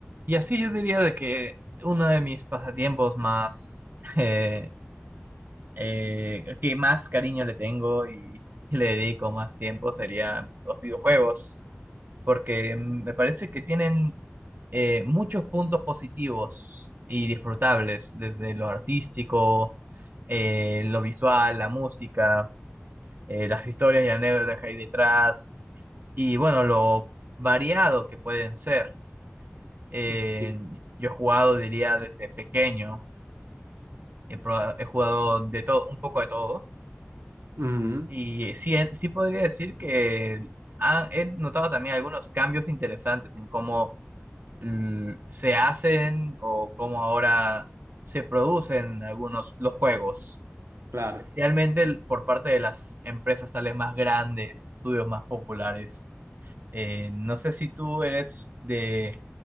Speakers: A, on the right; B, on the right.
A: Y así yo diría de que uno de mis pasatiempos más, <laughs> eh, eh, que más cariño le tengo y le dedico más tiempo serían los videojuegos, porque mm, me parece que tienen eh, muchos puntos positivos y disfrutables, desde lo artístico, eh, lo visual, la música, eh, las historias y anécdotas que hay detrás, y bueno, lo variado que pueden ser. Eh,
B: Sí,
A: yo he jugado, diría, desde pequeño He, proba- he jugado de todo, un poco de todo.
B: ujú,
A: Y sí, he- sí podría decir que ha- he notado también algunos cambios interesantes en cómo mm, se hacen o cómo ahora se producen algunos los juegos.
B: claro.
A: Especialmente el- por parte de las empresas tal vez más grandes, estudios más populares. Eh, no sé si tú eres de